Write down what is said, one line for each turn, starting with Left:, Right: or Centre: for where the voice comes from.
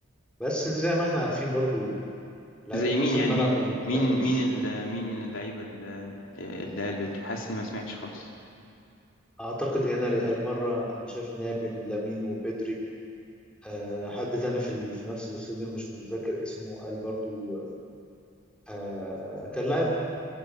Centre: بس زي ما احنا عارفين برضو لعيبة
Left: زي
Centre: نص
Left: مين يعني
Centre: الملعب
Left: مين
Centre: اللي ما بتعملش
Left: مين مين ال- مين من اللعيبة ال- آه، اللي قال بدري حاسس إن ما سمعتش خالص
Centre: اعتقد هنا ريال مرة انا شايف ان هي بين لامين وبدري أه حد تاني في, ال... في نفس الاستوديو مش متذكر اسمه قال برضو أه كان لاعب